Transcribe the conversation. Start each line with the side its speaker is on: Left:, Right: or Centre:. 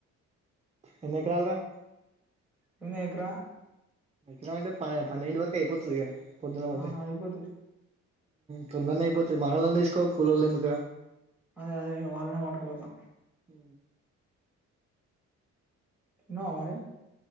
Right: ఎన్ని ఎకరాలు రా
Centre: అన్నా ఇక్కడికి రా.
Right: నిద్ర అంటే ప పన్నెండు వరకు అయిపోతుంది ఇగ. పొద్దున పోతే
Centre: ఆ అయిపోదు.
Right: తొందరనే అయిపోతాది. మనలోనే తీసుకో కూలోళ్ళ్ళు ఎందుకురా?
Centre: అదే అదే వాళ్ళనే పట్టుకుపోతా.
Right: హ
Centre: తిన్నావా మరి